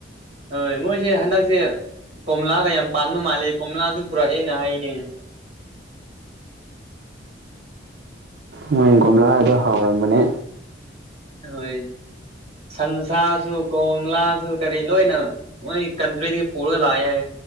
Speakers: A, on the right (about 35°); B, on the right (about 60°).
A: ꯍꯣꯏ ꯃꯣꯏꯁꯦ ꯍꯟꯗꯛꯁꯦ ꯀꯣꯝꯂꯥꯒ ꯌꯥꯝ ꯄꯥꯟꯕ ꯃꯥꯜꯂꯦ ꯀꯣꯝꯂꯥꯁꯨ ꯄꯨꯔꯛꯑꯦꯅ ꯍꯥꯏꯅꯦ
B: ꯃꯣꯏ ꯀꯒꯣꯝꯂꯥꯗꯣ ꯍꯥꯎꯔꯝꯕꯅꯦ
A: ꯍꯣꯏ ꯁꯟꯁꯥ ꯁꯨ ꯀꯣꯝꯂꯥꯁꯨ ꯀꯔꯤ ꯂꯣꯏꯅ ꯃꯣꯏ ꯀꯟꯇ꯭ꯔꯤꯗꯒꯤ ꯄꯨꯔꯒ ꯂꯥꯛꯑ ꯌꯥꯏ